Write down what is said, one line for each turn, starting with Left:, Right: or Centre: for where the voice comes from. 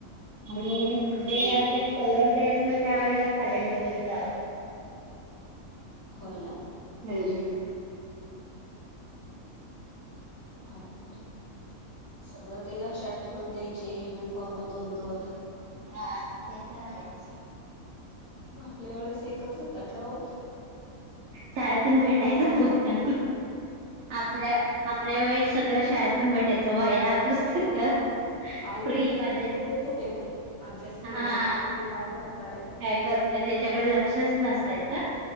Right: आणि डे असे पलर डे असेल त्यावेेळेला सॅलेड वगैरे जावं
Left: होला
Right: हम्
Left: काय तर सगळं ते लक्षात ठेवून द्यायचे युनिफॉर्म दोन दोन
Right: हा ते पण आहेच
Left: आपल्या वेळेस एकच होता का हो
Right: शाळेतून भेटायचा तो पण आपल्या आपल्या वेळेस सगळं शाळेतून भेटायचं वया पुस्तकं
Left: आईवडील
Right: फ्री
Left: तर
Right: मध्ये
Left: लग ते देत होते का अभ्यास केलाय
Right: हा
Left: का तुम् काय करताय
Right: काय करते त्याच्याकडे लक्षच नसतायचं